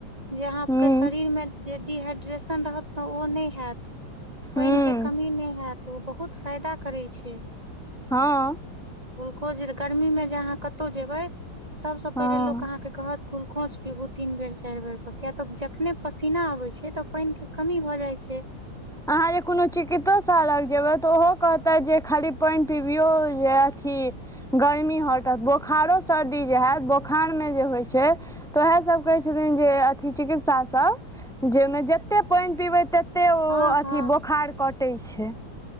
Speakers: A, on the right; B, in the centre.
A: जे अहाँके
B: हूँ
A: शरीरमे जे डिहाइड्रेशन रहत ने ओ नय हैऽत‌
B: हूँ
A: पैन के कमी नय हेत ओ बहुत फायदा करै छै।
B: हँ-
A: ग्लुकोज गर्मी मे जे अहाँ कतौ जेबै सबसँ
B: हँ
A: पहिले लोक अहाँके कहत गुलकोंच पीबू तीन बेर चाइर बेर क कियैऽतऽ जखने पसीना आबे छै तऽ पाइन के कमी भऽ जाइ छै,
B: अहाँ जे कोनो चिकितोसा लग जेबै तऽ, ओहो कहतैथ जे खाली पानि पिबियो या अथी गर्मी हटत, बोखारो सर्दी जे हैत, बोखारमे जे होइ छै तऽ उएह सब कहै छथिन जे, अथी चिकित्सा सब जेयमे जते पानि पीबै तत्ते ओ,
A: हँ
B: अथी
A: हँ
B: बोखार कटै छै।